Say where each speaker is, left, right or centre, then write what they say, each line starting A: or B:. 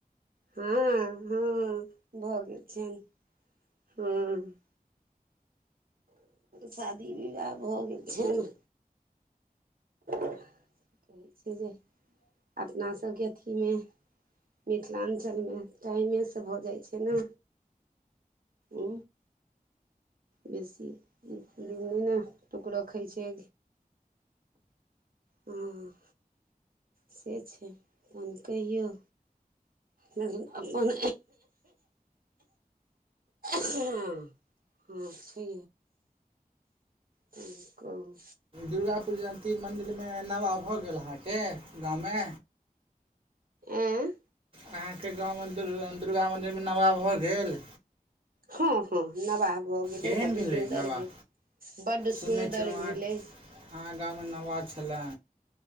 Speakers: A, on the right; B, on the right.
A: हँ हँ भऽ गेल छनि हँ। शादी विवाह भ गेल छैन की कहै छै जे अपना सबके अथी मे मिथिलाञ्चल मे टाइमे से भऽ जाइ छै ने उ बेसी दिन नय ने रखै छै हँ से छै तहन कहियौ लेकिन अपन हँ हँ छी की कहू।
B: दुर्गाापूजा ती मन्दिर मे नवाह भऽ गेल अहाँके गाँव मे।
A: आँ
B: अहाँ के गाँव मे दुर्गा मन्दिर मे नमाह भऽ गेल
A: हँ। हँ नवाह भऽ गेलै
B: केहन
A: बडड
B: भेलै
A: सुन्दर
B: नवाह
A: भेल बड
B: सुनै
A: सुन्दर
B: छलहुँ अहाँ
A: भेलै,
B: अहाँ गाँव मे नवा छलै